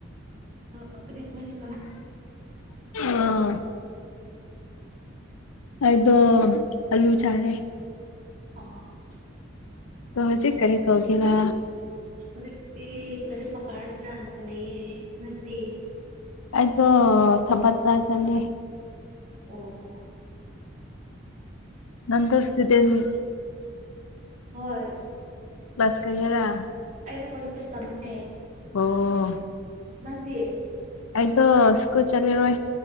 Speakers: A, on the right; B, on the left.
A: ꯑꯣꯗꯤ ꯅꯣꯏꯗꯤ
B: ꯑꯣ ꯑꯗꯣ ꯑꯜꯂꯨ ꯆꯥꯔꯦ
A: <unintelligible>
B: ꯇ ꯍꯧꯖꯤꯛ ꯀꯔꯤ ꯇꯒꯦꯔ
A: ꯎꯖꯤꯛꯇꯤ ꯃꯔꯔ ꯄꯥꯔꯁꯨꯔꯅ ꯂꯩꯦ ꯎꯠꯇꯤ
B: ꯑꯩꯗꯣ ꯊꯕꯛꯇ ꯆꯠꯂꯦ
A: ꯑꯣ
B: ꯑ
A: ꯍꯣꯏ
B: ꯀ꯭ꯂꯥꯁ ꯀꯔꯤꯔ
A: ꯑꯩꯗ ꯀꯂꯁ ꯇꯝꯃꯦ
B: ꯑꯣ
A: ꯅꯗꯤ
B: ꯑꯩꯗꯣ ꯁ꯭ꯀꯨꯜ ꯆꯠꯂꯔꯣꯏ